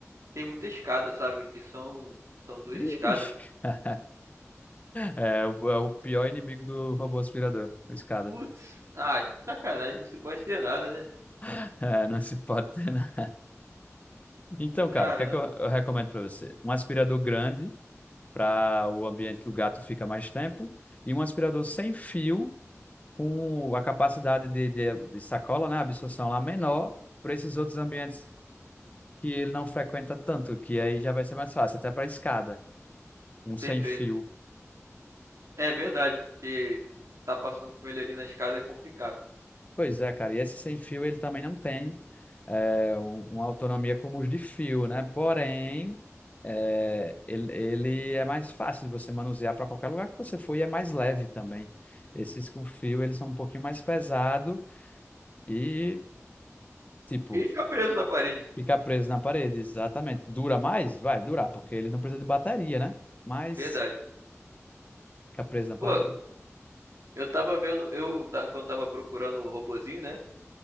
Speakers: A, on the right; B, on the left.
A: tem muita escada, sabe? Que são, são duas
B: Vixe.
A: escadas.
B: <laughs> É, o, é o pior inimigo do robô aspirador, a escada.
A: Putz, ah, que sacanagem, não se pode ter nada, né?
B: <laughs> É, não se pode ter, né? Então, cara,
A: Caramba,
B: o que é que eu, eu recomendo para você? Um aspirador grande para o ambiente que o gato fica mais tempo e um aspirador sem fio com a capacidade de, de, de sacola, né, absorção lá menor para esses outros ambientes que ele não frequenta tanto, que aí já vai ser mais fácil, até para escada, um sem
A: perfeito.
B: fio.
A: É verdade, porque tá passando com ele ali na escada é complicado.
B: Pois é, cara, e esse sem fio ele também não tem é, um- uma autonomia como os de fio, né? Porém, é, ele, ele é mais fácil de você manusear para qualquer lugar que você for e é mais leve também. Esses com fio, eles são um pouquinho mais pesado e, tipo,
A: ele fica preso na parede, né?
B: fica preso na parede, exatamente. Dura mais? Vai durar, porque ele não precisa de bateria, né? Mas
A: Verdade.
B: fica preso na
A: Pô,
B: parede.
A: Eu tava vendo, eu ta- quando tava procurando o robozinho, né?